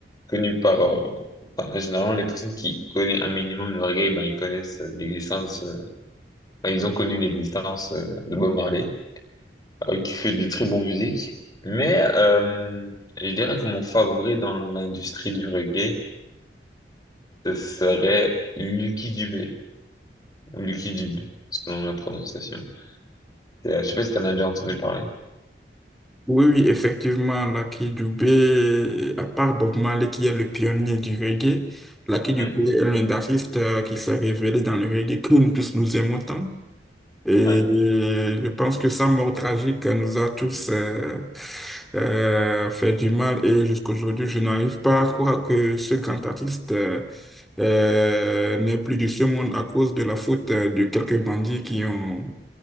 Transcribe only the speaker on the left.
connu par, euh, par- généralement les personnes qui connaissent un minimum le reggae, ben ils connaissent euh, l'existence, euh, ben, ils ont connu l'existence euh, de Bob Marley. euh, qui fait des très bonnes musiques. Mais euh, je dirais que mon favori dans l'industrie du reggae, ce serait Lucky Dubé, ou Lucky Dube, selon la prononciation. euh, je sais pas si t'en as déjà entendu parler.
Ouais,
ouais,